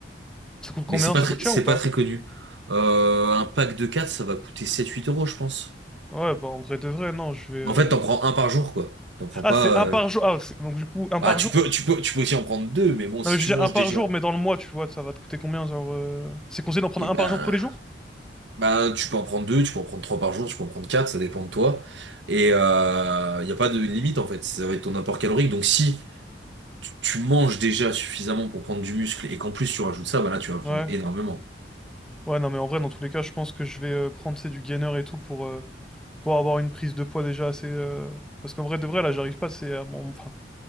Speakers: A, in the centre; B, on the right.
A: Ça coûte combien?
B: Mais c'est pas
A: Ça
B: très,
A: coûte cher
B: c'est
A: ou pas?
B: pas très connu. Euh, un pack de 4, ça va coûter sept huit euros, je pense.
A: Ouais, bah en vrai de vrai, non, je vais... euh,
B: En fait, t'en prends un par jour, quoi. T'en prends
A: Ah,
B: pas.
A: c'est
B: euh,
A: un par jour. Ah, c'est- donc du coup, un par
B: Bah, tu
A: jour.
B: peux, tu peux, tu peux aussi en prendre deux, mais bon,
A: Non,
B: si
A: mais je
B: tu
A: veux dire
B: manges
A: un par
B: déjà,
A: jour, mais dans le mois, tu vois, ça va te coûter combien, genre... euh, C'est conseillé d'en prendre
B: et ben.
A: un par jour tous les jours?
B: Bah, tu peux en prendre deux, tu peux en prendre trois par jour, tu peux en prendre quatre, ça dépend de toi. Et il euh, n'y a pas de limite en fait, ça va être ton apport calorique. Donc si tu, tu manges déjà suffisamment pour prendre du muscle et qu'en plus tu rajoutes ça, bah là tu vas prendre
A: Ouais.
B: énormément.
A: Ouais, non, mais en vrai, dans tous les cas, je pense que je vais euh, prendre, c'est du gainer et tout pour, euh, pour avoir une prise de poids déjà assez... euh, Parce qu'en vrai de vrai, là, j'arrive pas, c'est... à mon- Enfin,